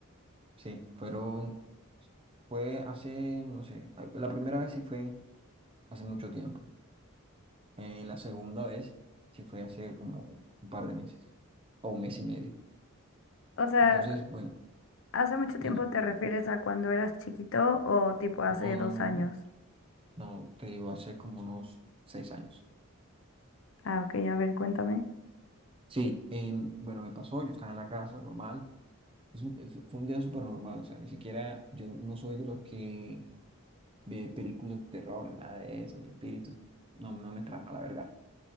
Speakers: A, on the right (about 25°); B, on the left (about 60°).
A: Sí, fueron, fue hace, no sé, a- la primera vez sí fue hace mucho tiempo. Eh, la segunda vez sí fue hace como un par de meses o un mes y medio.
B: O sea,
A: Entonces, bueno,
B: ¿Hace mucho tiempo
A: dime.
B: te refieres a cuando eras chiquito o tipo hace
A: No, no,
B: dos
A: no,
B: años?
A: no. No, te digo, hace como unos seis años.
B: Ah, ok, a ver, cuéntame.
A: Sí, em, bueno, me pasó, yo estaba en la casa normal. Es un- es- fue un día súper normal, o sea, ni siquiera yo no soy de los que ve películas de terror, ni nada de eso, ni espíritus, no, no me trama, la verdad.